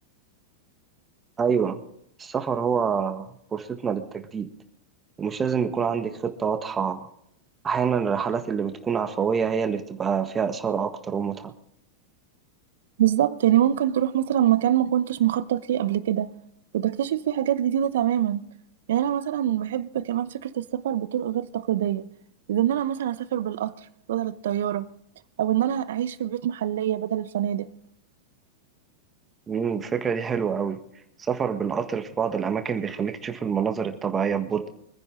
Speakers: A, on the right; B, on the right.
A: أيوة السفر هو فرصتنا للتجديد ومش لازم يكون عندك خطة واضحة أحيانا الرحلات اللي بتكون عفوية هي اللي بتبقى فيها إثارة أكتر ومتعة
B: بالظبط يعني ممكن تروح مثلا مكان ما كنتش مخطط ليه قبل كده وتكتشف فيه حاجات جديدة تماما يعني انا مثلا بحب كمان فكرة السفر بطرق غير تقليدية زي ان انا مثلا اسافر بالقطر بدل الطيارة او ان انا اعيش في بيوت محلية بدل الفنادق
A: مم، الفكرة دي حلوة أوي السفر بالقطر في بعض الأماكن بيخليك تشوف المناظر الطبيعية ببطء